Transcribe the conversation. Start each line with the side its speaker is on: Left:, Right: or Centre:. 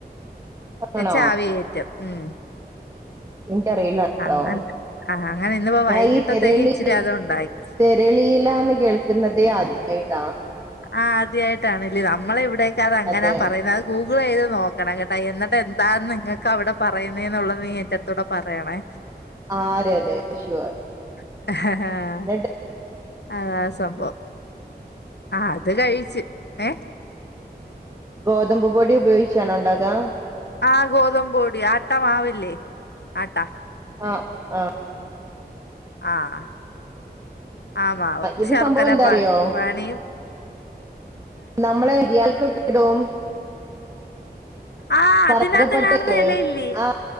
Left: വെച്ച്
Right: ആണോ
Left: ആവി കേറ്റും ഉം
Right: നിന്റെ അറിവിൽ ഉണ്ടോ
Left: അങ്ങനെ ആഹ് അങ്ങനെ ഇന്നിപ്പോ
Right: ഞാൻ
Left: വൈകിട്ടത്തേക്ക്
Right: ഈ തെരളി
Left: ഇച്ചിരി അത് ഉണ്ടാക്കി
Right: തെരളിയിലാന്ന് കേൾക്കുന്നുന്നതെ ആ <unintelligible>
Left: ആ ആദ്യായിട്ടാണ്ല്ലേ നമ്മളെ ഇവി പ്രേത്യേകിച്ചു അങ്ങനെയാ
Right: അതെ
Left: പറയുന്നെ ആ ഗൂ ഗൂഗിള് ചെയ്ത് നോക്കണം കേട്ടാ എന്നിട്ട് എന്താ നിങ്ങൾക്ക് അവിടെ പറയുന്നെ എന്നുള്ളത് നീ എന്റെടുത്തുടെ പറയണേ
Right: ആ അതെ അതെ ഷുവർ
Left: ഹ് ആ ആഹ്
Right: എന്നിട്ട്
Left: അതാ സംഭവം ആ അത് കഴിച്ചു ഏഹ്
Right: ഗോതമ്പ് പൊടി ഉപയോഗിച്ചണോ ഉണ്ടാക്കാ
Left: ആ ഗോതമ്പു പൊടി ആട്ട മാവില്ലേ ആട്ടാ
Right: ആഹ് ആ
Left: ആഹ് ആ മാവ്
Right: ഇത്
Left: ശർക്കര
Right: സംഭവം എന്താറിയോ
Left: പാ പാന്നിയും
Right: നമ്മളെ <unintelligible> <unintelligible>
Left: ആഹ്
Right: കറകപ്പട്ടല്ലേ
Left: അതിനകത്ത് കാണുന്ന ഇലയില്ലേ
Right: ആ